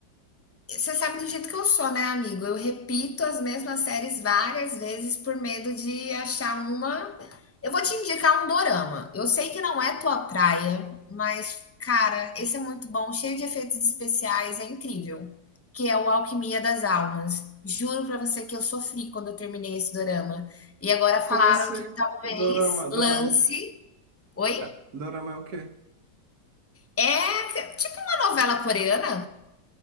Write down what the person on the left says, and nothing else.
Você sabe do jeito que eu sou, né, amigo? Eu repito as mesmas séries várias vezes por medo de achar uma. Eu vou te indicar um dorama. Eu sei que não é tua praia, mas, cara, esse é muito bom, cheio de efeitos especiais, é incrível. Que é o Alquimia das Almas. Juro pra você que eu sofri quando eu terminei esse dorama. E agora falaram
que talvez
lance. Oi?
É tipo uma novela coreana,